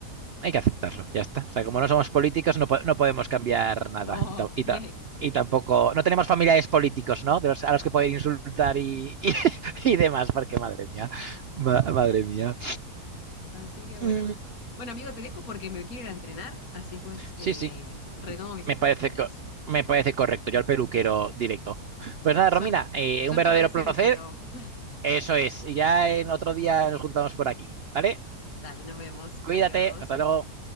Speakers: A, on the right; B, on the left.
A: hay que aceptarlo, ya está.
B: Así
A: O sea, como
B: es.
A: no somos políticos, no, po- no podemos cambiar nada.
B: No,
A: Y, ta- y
B: <laughs> ni
A: ta-
B: ahí.
A: y tampoco, no tenemos familiares políticos, ¿no? De los- a los que poder insultar y, y- <laughs> y demás, porque madre mía, ma- madre mía.
B: Así que bueno.
A: Mm,
B: Bueno, amigo, te dejo porque me quiero ir a entrenar, así después
A: sí,
B: eh,
A: sí,
B: retomo mis
A: me
B: actividades.
A: parece, co- me parece correcto. Yo al peluquero directo. Pues
B: Bueno,
A: nada, Romina,
B: suerte,
A: eh,
B: suerte
A: un verdadero
B: con ese
A: placer.
B: luqueo.
A: Eso es. Y ya en otro día nos juntamos por aquí, ¿vale?
B: <laughs> Dale, nos vemos.
A: Cuídate,
B: Adiós.
A: hasta luego.